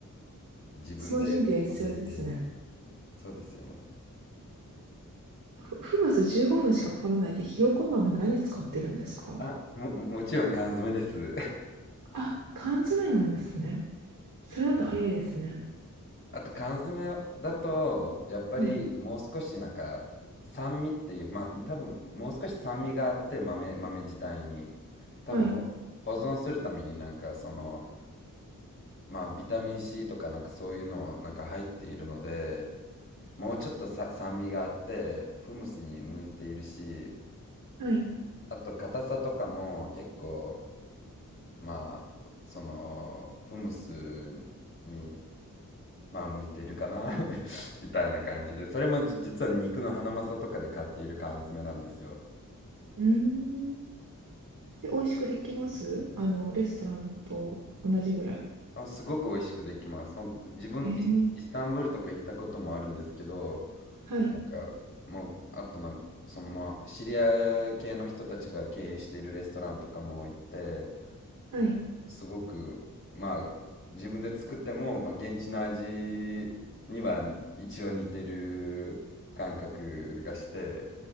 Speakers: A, on the left; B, on the right.
A: 自分で入れて。
B: その準備は必要ですね。
A: そうですよね。
B: フフムス15分しかかからないで、ひよこ豆何使ってるんですか
A: あ、も、も、もちろん缶詰です。<laughs>
B: あ、缶詰なんですね。それだと早いですね。
A: はい。あと缶詰だと、やっぱりもう少しなんか酸味っていう、
B: はい。
A: まあ多分もう少し酸味があって豆、豆自体に。多分ほ保存するためになんかその、
B: はい。
A: まあビタミン C とかなんかそういうのなんか入っているので、もうちょっとさ、酸味があって、フムスに向いているし、
B: はい。う
A: あと硬さとかも結構まあ、その、フムスに、まあ、向いているかな <laughs> みたいな感じで、それもじ実は肉のハナマサとかで買っている缶詰なんですよ。
B: ーん。で、美味しくできますあの、レストランと同じぐらい。
A: あ、すごく美味しくできます。ほん自分、
B: へえ。
A: イス、イスタンブールとか行ったこともあるんですけど、
B: はい。
A: なんか、もう、あとなんか、そのまあ、シリア系の人たちが経営しているレストランとかも行って、
B: はい。
A: すごく、まあ、自分で作っても、まあ、現地の味には一応似てる感覚がして、